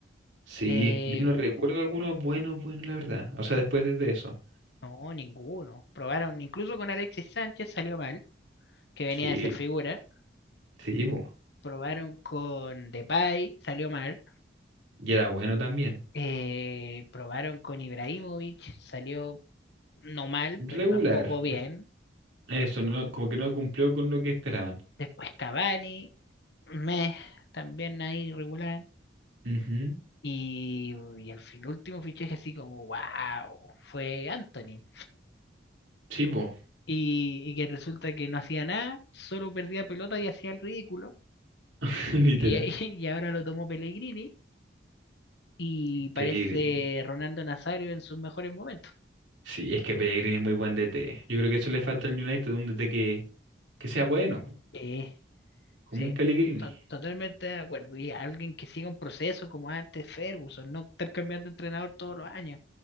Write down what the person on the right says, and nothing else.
Sí,
yo no recuerdo algunos buenos, buenos, la verdad. O sea, después de eso.
Sí,
sí, po.
Y era bueno también.
Regular.
Eso, no, como que no cumplió con lo que esperaban.
Ujú.
Sí, po.
<laughs> Literal,
Pellegrini.
Sí, es que Pellegrini es muy buen DT. Yo creo que eso le falta al United, un DT que, que sea bueno, po,
como
un Pellegrini.